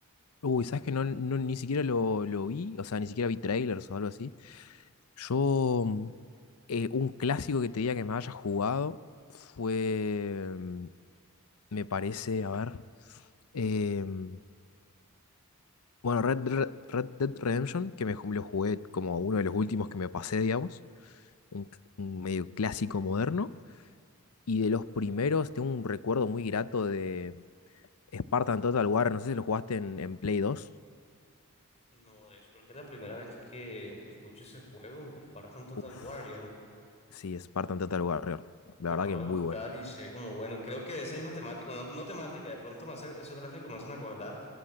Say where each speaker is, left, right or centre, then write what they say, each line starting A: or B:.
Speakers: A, on the left (about 85°); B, on the left (about 30°).
A: Uy, ¿sabes que no, no- ni siquiera lo, lo vi? O sea, ni siquiera vi trailers o algo así. Yo, mm, eh, un clásico que te diga que me haya jugado fue, mm, me parece, a ver, em, Bueno, Red, Red- Red Dead Redemption, que me ju- lo jugué como uno de los últimos que me pasé, digamos, un, c- un medio clásico moderno. Y de los primeros, tengo un recuerdo muy grato de Spartan Total Warrior. No sé si lo jugaste en, en Play dos.
B: No, de hecho, creo que es la primera vez que escucho ese juego, Spartan Total
A: Uf,
B: Warrior.
A: sí, Spartan Total Warrior. La
B: Lo
A: verdad
B: acabo
A: que
B: de
A: muy
B: buscar
A: bueno.
B: y sé como, bueno, creo que de esa misma temática, bueno, no temática, de pronto me hace, esos gráficos me hacen acordar